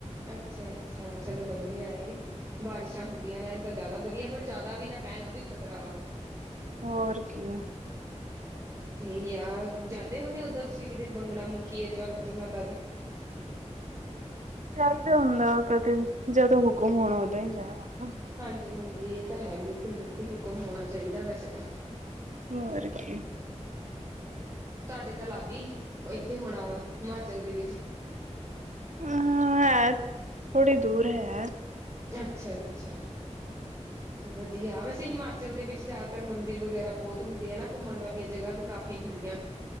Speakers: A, on the right; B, on the right.
A: ਅੱਛਾ-ਅੱਛਾ। ਚਲੋ ਵਧੀਆ ਹੈ। ਬਾਰਿਸ਼ਾਂ ਹੁੰਦੀਆਂ ਰਹਿਣ ਤਾਂ ਜ਼ਿਆਦਾ ਵਧੀਆ, ਪਰ ਜ਼ਿਆਦਾ ਵੀ ਨਾ ਪੈਣ ਉਹ ਵੀ ਖ਼ਤਰਾ ਵਾ।
B: ਹੋਰ ਕੀ ਆ।
A: ਤੁਹੀ ਆ ਜਾਂਦੇ ਹੁੰਦੇ ਉਓਦਾਂ ਤੁਸੀਂ ਕਿਤੇ ਬੰਗਲਾ ਮੁਖੀ ਹੈ, ਜਵਾਲਾ ਜੀ ਮਾਤਾ ਦੇ।
B: ਚਾਹੀਦਾ ਹੁੰਦਾ ਕਦੇ, ਜਦੋਂ ਹੁਕਮ ਹੋਣਾ ਉਦਾਂ ਹੀ ਜੇ ਹੋਣਾ।
A: ਹਾਂਜੀ -ਹਾਂਜੀ ਇਹ ਤਾਂ ਹੈ। ਬਿਲਕੁਲ-ਬਿਲਕੁਲ ਹੁਕਮ ਹੋਣਾ ਚਾਹੀਦਾ ਵੈਸੇ ਤਾਂ।
B: ਹੋਰ ਕੀ।
A: ਤੁਹਾਡੇ ਤਾਂ ਲਾਗੇ ਹੀ, ਇੱਥੇ ਹੋਣਾ ਵਾ ਹਿਮਾਚਲ ਦੇ ਵਿੱਚ
B: ਹਾਂ ਹੈ ਥੋੜ੍ਹੀ ਦੂਰ ਹੈ।
A: ਅੱਛਾ, ਅੱਛਾ ਵਧੀਆ, ਵੈਸੇ ਹਿਮਾਚਲ ਦੇ ਵਿੱਚ ਜ਼ਿਆਦਾਤਰ ਮੰਦਿਰ ਵਗੈਰਾ ਬਹੁਤ ਹੁੰਦੇ ਆ, ਘੁੰਮਣ ਵਾਲੀਆਂ ਜਗ੍ਹਾ ਵੀ ਕਾਫ਼ੀ ਹੁੰਦੀਆਂ।